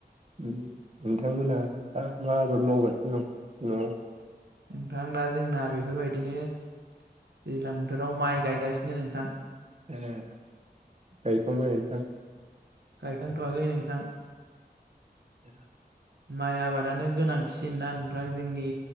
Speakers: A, on the right; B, on the right.
A: उ। नोंथांमोना दा मा आबाद मावगासिनो दं न'आव?
B: नोंथां दा जोंना बेफोरबायदिनो दैज्लां बोथोराव माइ गायगासिनो नोंथां
A: ए। गायखांबाय नोंथां?
B: गायखांथ'वाखै नोंथां।
A: <inaudible>
B: माइ आबादानो गोनांथिसिनना नोंथां जोंनि